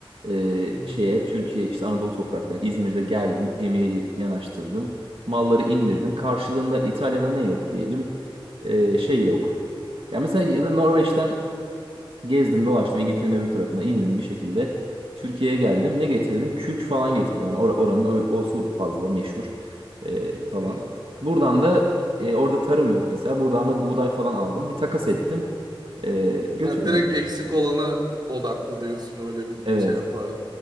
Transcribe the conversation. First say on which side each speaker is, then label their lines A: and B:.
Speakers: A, on the right; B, on the right.
A: Ee,
B: Hı hı.
A: şeye Türkiye işte Anadolu topraklarına İzmir'de geldim. Gemiyi yanaştırdım. Malları indirdim. Karşılığında İtalya'da ne yok diyelim. Ee,
B: Hı
A: şey yok. Ya mesela ya da Norveç'ten gezdim dolaştım İngiltere'nin öbür tarafına indim bir şekilde. Türkiye'ye geldim.
B: hı.
A: Ne getirdim? Kürk falan getirdim. Hani or- oranın o, o su fazla meşhur ee, falan.
B: Hı hı.
A: Buradan da e, orada tarım yok mesela. Buradan da buğday falan aldım. Bir takas ettim. E, götürdüm.
B: Ha, direkt eksik olana odaklı diyorsun öyle bir
A: Evet.
B: şey yapar.